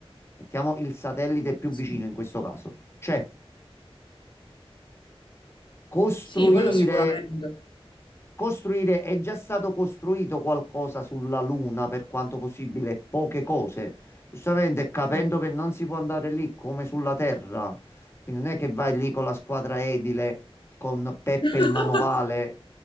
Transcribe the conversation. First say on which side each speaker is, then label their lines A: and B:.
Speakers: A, on the left; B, on the left.
A: mettiamo il satellite più
B: Sì,
A: vicino in questo caso, c'è costruire
B: Sì, quello sicuramente.
A: costruire, è già stato costruito qualcosa sulla Luna per quanto possibile, poche cose. Giustamente, capendo
B: Mm.
A: che non si può andare lì come sulla Terra, quindi non è che vai lì con la squadra edile, con Peppe
B: <laughs>
A: il manovale